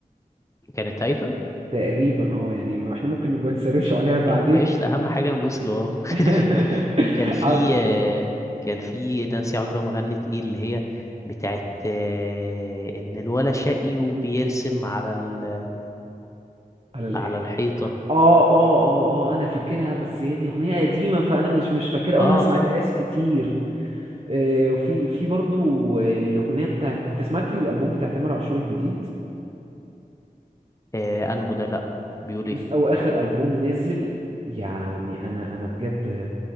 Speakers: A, on the left; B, on the right.
A: كانت هايفة
B: تقريبا اه يعني احنا ممكن نبقى نسرش عليها بعدين
A: يا عم قشطة أهم حاجة نبوس الواو
B: <laughs>
A: <laughs> وكان في
B: على
A: آه، كان في نانسي عجرم غنت ايه اللي هي بتاعت آه، إن الولا شقي وبيرسم على ال...
B: على الايه
A: على الحيطة
B: اه اه اه اه انا فاكرها بس هي دي اغنيه قديمه فانا مش مش فاكرها او
A: اه
B: انا ما سمعتهاش
A: اه,
B: كتير آه، في في برضو آه، الاغنيه بتاعت انت سمعت الالبوم بتاع تامر عاشور الجديد
A: آه أنهو ده لأ بيقول ايه
B: بص او اخر البوم نزل يعني انا انا بجد